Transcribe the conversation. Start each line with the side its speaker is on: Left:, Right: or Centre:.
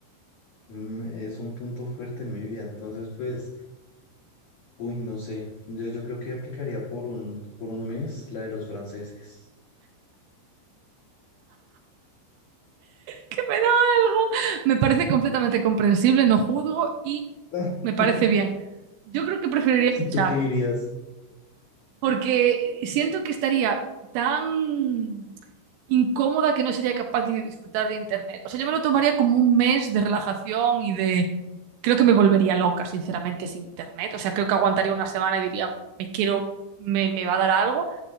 Left: Mm, Es un punto fuerte en mi vida, entonces pues, uy, no sé, yo, yo creo que aplicaría por un, por un mes la de los franceses.
Right: Que me da algo. Me parece completamente comprensible, no juzgo y
Left: <laughs>
Right: me parece bien. Yo creo que preferiría ducharme.
Left: ¿Tú qué dirías?
Right: Porque siento que estaría tan incómoda que no sería capaz de disfrutar de internet. O sea, yo me lo tomaría como un mes de relajación y de... Creo que me volvería loca, sinceramente, sin internet. O sea, creo que aguantaría una semana y diría, me quiero, me, me va a dar algo.